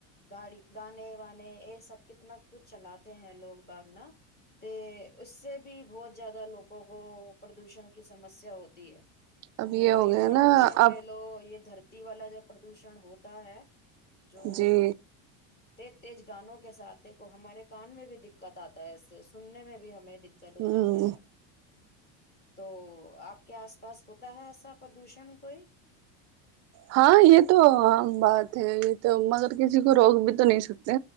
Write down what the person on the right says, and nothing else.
اب
ہو گیا
نا اب
جی
ہ
ہاں یہ تو عام بات ہے یہ تو مگر کسی کو روک بھی تو نہیں سکتا